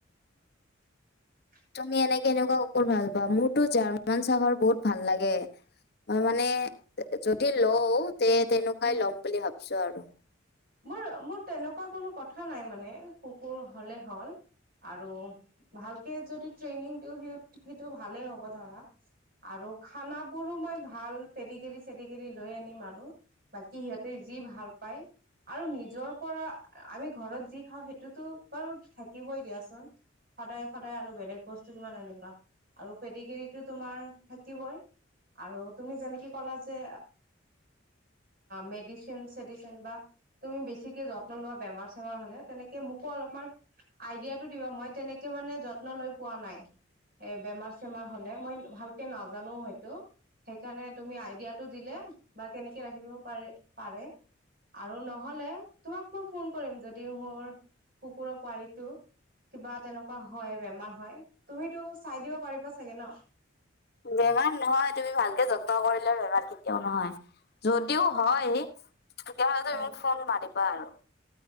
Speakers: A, on the right; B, on the left.
A: হা-হা-
B: তুমি এনে কেনেকুৱা কুকুৰ ভাল পোৱা? মোৰতো জাৰ্মান চাফাৰ বহুত ভাল লাগে। মই মানে যদি লও তে-তেনেকুৱাই
A: উম
B: লম বুলি ভাবছো আৰু।
A: মোৰ- মোৰ তেনেকুৱা কোনো কথা নাই মানে কুকুৰ হলে হ'ল আৰু ভালকে যদি ট্ৰেইনিং দিওঁ সি সিটো ভালেই হ'ব ধৰা আৰু খানাবোৰো মই ভাল পেদি কেৰি -চেদি কেৰি লৈ আনিম, আৰু বাকী সিহঁতে যি ভাল পায় আৰু নিজৰ পৰা আমি ঘৰত যি খাওঁ সেইটোতো বাৰু থাকিবই দিয়াচোন। সদায়' সদায় আৰু বেলেগ বস্তু কিমান আনিবা আৰু পেদিকেৰিতো তোমাৰ থাকিবই। আৰু তুমি যেনেকে কলা যে মেডিচিন-চেডিচিন বা তুমি বেছিকে যত্ন লোৱা বেমাৰ-চেমাৰ হলে তেনেকে মোকো অলপমান আইডিয়াটো দিবা মই তেনেকে মানে যত্ন লৈ পোৱা নাই। এ বেমাৰ-চেমাৰ হলে মই ভালকে নাজানো হয়তো সেইকাৰণে তুমি আইডিয়াটো দিলে, বা কেনেকে ৰাখিব পাৰি পাৰে, আৰু নহলে তোমাক মই ফোন কৰিম যদি মোৰ কুকুৰৰ পোৱালিটো কিবা তেনেকুৱা হয়, বেমাৰ হয় তুমিতো চাই দিব পাৰিবা চাগে ন?
B: বেমাৰ নহয়, তুমি ভালকে যত ত্ন কৰিলে বেমাৰ কেতিয়াও নহয়। যদিও হয় তেতিয়া হলে তুমি
A: উম
B: মোক ফোন মাৰিবা আৰু